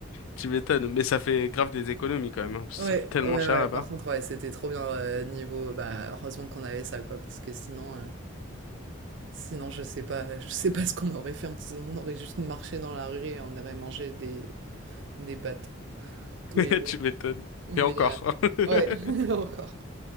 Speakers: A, on the left; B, on the right.
A: Tu m'étonnes. Mais ça fait grave des économies, quand même, hein, parce
B: Ouais,
A: que ça coûte tellement
B: ouais,
A: cher
B: ouais.
A: là-bas.
B: Par contre, ouais, c'était trop bien euh, niveau. Bah, heureusement qu'on avait ça, quoi, parce que sinon, euh, sinon, je sais pas, <laughs> je sais pas ce qu'on aurait fait. On aurait juste marché dans la rue et on aurait mangé des, des pâtes tous
A: <laughs>
B: les jours.
A: Tu m'étonnes.
B: Mais
A: Et encore.
B: euh,
A: <laughs>
B: ouais, <laughs> encore.